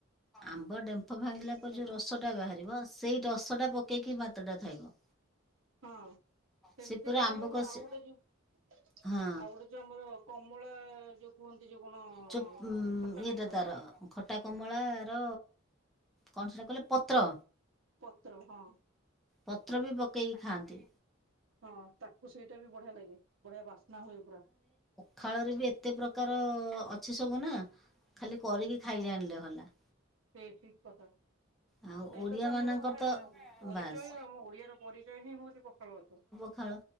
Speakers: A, in the centre; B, on the right.
A: ଆମ୍ବ ଡମ୍ିଲା
B: ସେଇଟା
A: ଯଉ ରସ ା ବାହାରିବ ସେଇ ରସଟା ପକେଇକି ଭାତଟା ଖାଇବ
B: ହଁ ସେମିତି
A: ସେ ପୁରା
B: କଲେ
A: ଆମ୍ବ
B: ହବ
A: କଷି
B: ଆଉ ଗୋଟେ ଯଉ ଆଉ
A: ହଁ।
B: ଗୋଟେ ଏଯଉ ଆମର କମଳା ଯୋଉ କୁହନ୍ତି ଯୋଉ କଣ
A: ଚୋ
B: ଖଟା
A: ଇଏଟା
B: କମଳା
A: ତାର ଖଟା କମଳାର କଣ ସେଇଟା କଲେ ପତ୍ର
B: ପତ୍ର ହଁ
A: ପତ୍ର ବି ପକେଇକି ଖାଆନ୍ତି।
B: ହଁ ତାକୁ ସେଇଟା ବି ବଢ଼ିଆ ଲାଗେ ବଢ଼ିଆ ବାସ୍ନା ହୁଏ ପୁରା।
A: ଖାଳରେ ବି ଏତେ ପ୍ରକାର ଅଛି। ସବୁ ନା ଖାଲି କରିକି ଖାଇଯାଇଣିଲେ ହେଲା।
B: ସେ ଠିକ୍ କଥା।
A: ଆଉ
B: ସେଇଟା
A: ଓଡ଼ିଆ
B: ତ
A: ମାନଙ୍କର
B: ଆମର ମାନେ
A: ତ
B: ପରିଚୟ
A: ବାସ୍
B: ଆମ ଓଡ଼ିଆ ର ପରିଚୟ ହିଁ ହଉଛି ପଖାଳ ଭାତ।
A: ଖଳ